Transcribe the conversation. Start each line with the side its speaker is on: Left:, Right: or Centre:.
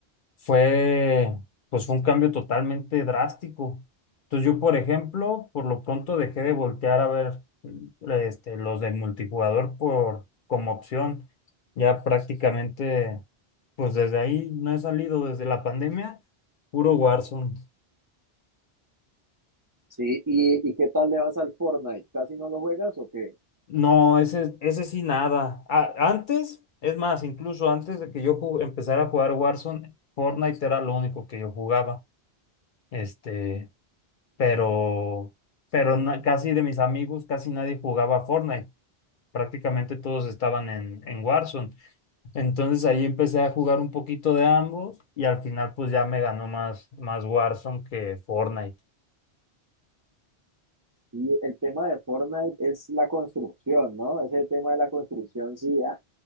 Left: fue, pues fue un cambio totalmente drástico. Entonces yo, por ejemplo, por lo pronto dejé de voltear a ver mm, este, los de multijugador por, como opción. Ya prácticamente, pues desde ahí no he salido desde la pandemia, puro Warzone.
Right: Sí, ¿y, y qué tal le vas al Fortnite? ¿Casi no lo juegas o qué?
Left: No, ese, ese sí nada. A- antes, es más, incluso antes de que yo ju- empezara a jugar Warzone, Fortnite era lo único que yo jugaba. Este, pero, pero na- casi de mis amigos, casi nadie jugaba Fortnite. Prácticamente todos estaban en, en Warzone. Entonces ahí empecé a jugar un poquito de ambos y al final pues ya me ganó más, más Warzone que Fortnite.
Right: Y el tema de Fortnite es la construcción, ¿no? Ese tema de la construcción sí, ah,